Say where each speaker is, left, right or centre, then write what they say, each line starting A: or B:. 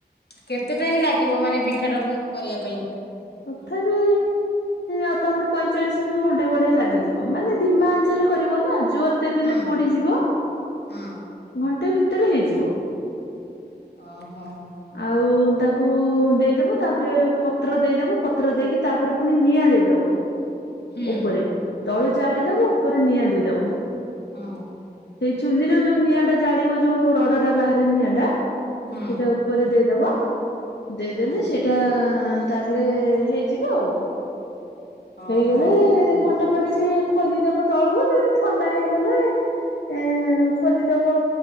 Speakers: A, on the left (about 70°); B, on the left (about 85°).
A: କେତେ ଟାଇମ ଲାଗିବ ମାନେ ପିଠା ଟାକୁ କରିବା ପାଇଁ
B: ତଥାପି ଅଧଘଣ୍ଟା ପଇଁଚାଳିଶ ବି ଘଣ୍ଟେ ଭଳିଆ ଲାଗିଯିବ ମାନେ ଧିମା ଚାର କରିବ ନା ଜୋର ଦେଇଦେଲେ
A: ହୁଁ
B: ପୋଡ଼ିଯିବ
A: ହୁଁ
B: ଘଣ୍ଟେ ଭିତରେ ହେଇଯିବ
A: ଓହୋ
B: ଆଉ ତାକୁ ଦେଇଦବ ତାପରେ ପତ୍ର ଦେଇଦବ ପ ତ୍ର ଦେଇକି ତାପରେ ପୁଣି ନିଆଁ ଦେଇଦବ
A: ହୁଁ
B: ଉପରେ ତଳୁ ଜାଳିଦବ ଉପରେ ନିଆଁ ଦେଇଦବ
A: ହଁ
B: ସେଇ ଚୁଲିର ଯୋଉ ନିଆଁଟା ଜାଳିବ ଯୋଉ ରଡଟା ବାହାରେ ନିଆଁ ଟା ସେଇଟା
A: ହୁଁ
B: ଉ ପରେ ଦେଇଦବ ଦେଇଦେଲେ
A: ହୁଁ
B: ସେଟା ଆ -ତାପରେ ହେଇଯିବ ଆଉ
A: ଓହୋ
B: ହେଇଗଲେ ଘଟ ଗୋଟେ ପରେ ଟିକେ ଖୋଲିଦବ ତଳକୁ ସେ ଯେ ଥଣ୍ଡା ହେଇଗଲେ ଏ ଖୋୋଲିଦବ